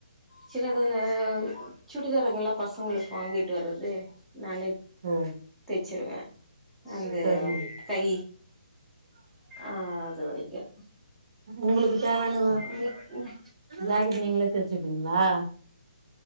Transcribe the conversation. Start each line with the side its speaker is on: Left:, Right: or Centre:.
Centre: சின்னதா சுடிதாருங்கள் எல்லாம் பசங்களுக்கு வாங்கிட்டு வர்றது நானே
Right: ஒ
Centre: தச்சுருவேன் அந்த
Right: சரிங்க
Centre: கை ஆ அது வரைக்கும்
Right: உங்களுக்கு தேவையான
Centre: ம் ம்
Right: ஜாக்கெட் நீங்களே தச்சுப்பீங்களா